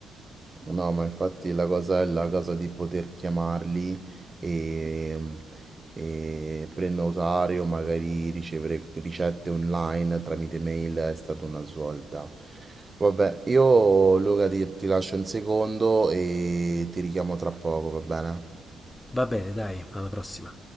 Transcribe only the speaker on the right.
No, ma infatti la cosa è la cosa di poter chiamarli e, e prenotare o magari ricevere ricette online tramite mail è stata una svolta. Vabbè, io Luca ti, ti lascio un secondo e ti richiamo tra poco, va bene?